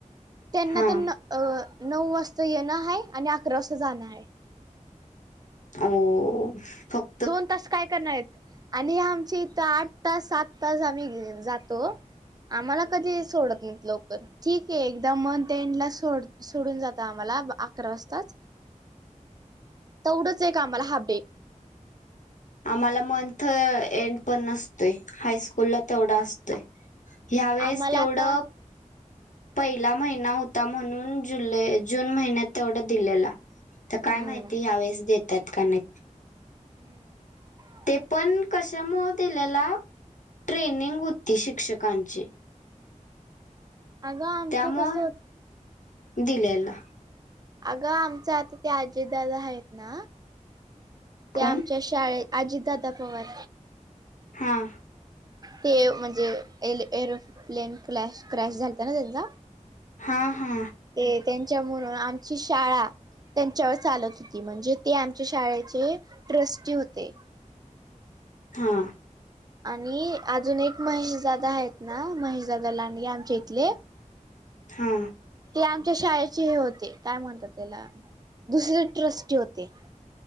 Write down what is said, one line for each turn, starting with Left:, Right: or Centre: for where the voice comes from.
Right: त्यांना
Left: हा
Right: तर. अ नऊ वाजता येणं आहे आणि अकरा वाजता जाणं आहे.
Left: अ.
Right: दोन तास काय करणार य आणि आमची इथ आठ. स तास सात तास आम्ही जातो. आम्हाला कधी सोडत नाहीत लवकर ठीक आहे एकदा मंथ एंड ला सोड. सोडून जात आम्हाला अकरा वाजताच तेवढंच एक आम्हाला हाफ डे.
Left: आम्हाला मंथ एंड पण नसतोय हायस्कूलला तेवढा असतोय. ह्या वेळेस
Right: आम्हाला
Left: तेवढं.
Right: आता
Left: पहिला महिना होता म्हणून जुलै जून महिन्यात तेवढा दिलेला. तर काय
Right: हम्म
Left: माहिती ह्या वेळेस देतात का नाही.
Right: हम्म.
Left: ते पण कशा म दिल्याला. ट्रेनिंग होती शिक्षकांची
Right: <unintelligible> आमचं
Left: त्यामुं
Right: कसं
Left: दिलेला
Right: अगं आमच आता ते आजीदाादा आहेत ना ते
Left: कोण
Right: आमच्या शाळे अजितदाादा पवार.
Left: हां.
Right: ते म्हणजे ए एरोप्लेन क्लॅश क्रॅश झालत ना त्यांचा.
Left: हा हा.
Right: ते त्यांच्या म्हणून आमची शाळा. त्यांच्यावर चालत होती म्हणजे ते आमच्या शाळेचे ट्रस्टी होते.
Left: हा.
Right: आणि अजून एक महेशजादा आहेत ना महेशजादा लांडगे आमच्या इथले.
Left: हा.
Right: ते आमच्या शाळेचे हे होते काय म्हणतात त्याला दुसरी ट्रस्टी होते.